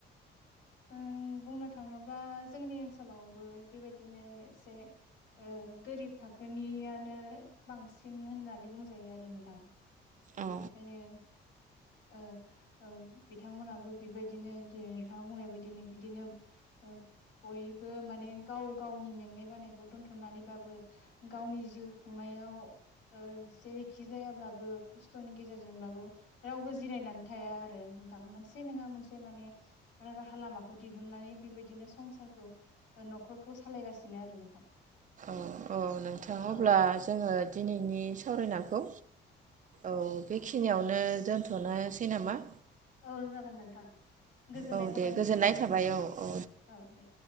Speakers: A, on the left (about 70°); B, on the right (about 40°).
A: जों बुंनो थाङोब्ला जोंनि ओनसोलावबो बेबायदिनो एसे ओ गोरिब थाखोनियानो बांसिन होननानै बुंजायो आरो नोंथां बेनिखायनो
B: औ
A: ओ औ बिथांमोनाबो बिबायदिनो जेरै नोंथाङा बुंनाय बेदिनो बिदिनो ओ बयबो माने गाव गावनि मेंनाय बानायखौ दोनथनानै बाबो गावनि जिउ खुंनायाव ओ जेरैखि जायाब्लाबो खस्थनि गेजेरजोंब्लाबो रावबो जिरायनानै थाया आरो नोंथां मोनसे नङा मोनसे माने राहा हा लामाखौ दिहुननानै बेबायदिनो संसारखौ नखरखौ सालायगासिनो आरो नोंथां
B: अ नोंथां अब्ला
A: औ
B: जोङो दिनैनि सावरायनाखौ औ बेखिनियावनो दोन थनोसै नामा?
A: औ जागोन नोंथां गोजोननाय
B: औ
A: थाबाय
B: दे
A: नोंथांनि
B: गोजोननाय
A: सिम
B: थाबाय औ औ
A: औ दे